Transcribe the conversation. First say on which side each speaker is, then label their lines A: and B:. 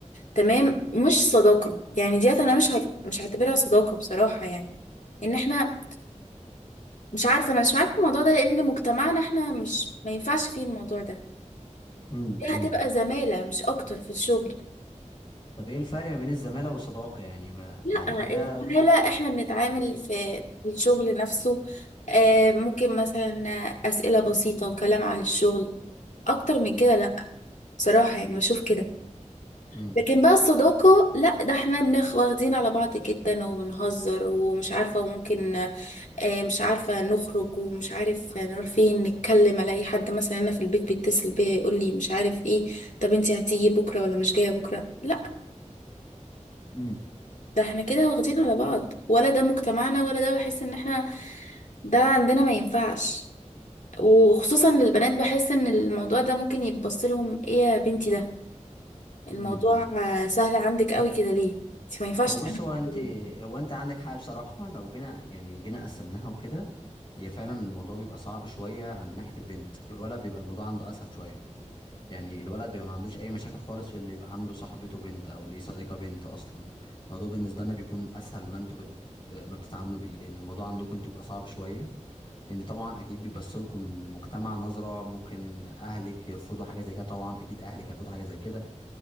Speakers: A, on the left; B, on the left.
A: تمام مش صداقه يعني ديت انا مش هت... مش هعتبرها صداقه بصراحه يعني ان احنا مش عارفه انا مش معاك في الموضوع ده لان مجتمعنا احنا مش ما ينفعش فيه الموضوع ده
B: امم
A: دي
B: امم
A: هتبقى زماله مش اكتر في الشغل
B: طب ايه الفرق ما بين الزمالة والصداقة يعني ما
A: لا
B: ما حاجة
A: الزمالة احنا بنتعامل في في الشغل نفسه آه، ممكن مثلا أسئلة بسيطة وكلام عن الشغل أكتر من كده لا بصراحة يعني بشوف كده
B: امم
A: لكن بقى الصداقة لا ده احنا بناخ واخدين على بعض جدا وبنهزر ومش عارفة وممكن آه، مش عارفة نخرج ومش عارف نروح فين نتكلم ألاقي حد مثلا أنا في البيت بيتصل بيا يقول لي مش عارف ايه طب انتي هتيجي بكرة ولا مش جاية بكرة لا
B: امم
A: ده احنا كده واخدين على بعض ولا ده مجتمعنا ولا ده بحس ان احنا ده عندنا ما ينفعش وخصوصا للبنات بحس ان الموضوع ده ممكن يتبص لهم ايه يا بنتي ده الموضوع
B: امم امم
A: آه، سهل عندك قوي كده ليه انت ما ينفعش
B: هو
A: تعملي
B: بص هو انت
A: كده ليه؟
B: هو انت عندك حق بصراحة لو جينا يعني جينا قسمناها وكده هي فعلا الموضوع بيبقى صعب شوية عند ناحية البنت الولد بيبقى الموضوع عنده اسهل شوية يعني الولد بيبقى ما عندوش اي مشاكل خالص في انه يبقى عنده صاحبته بنت او ليه صديقة بنت اصلا الموضوع بالنسبة لنا بيكون اسهل ما انتوا بت... ما بتتعاملوا بيه لان الموضوع عندكم انتوا بيبقى صعب شوية لان طبعا اكيد بيبص لكم المجتمع نظره ممكن اهلك يرفضوا حاجه زي كده طبعا اكيد اهلك هيرفضوا حاجه زي كده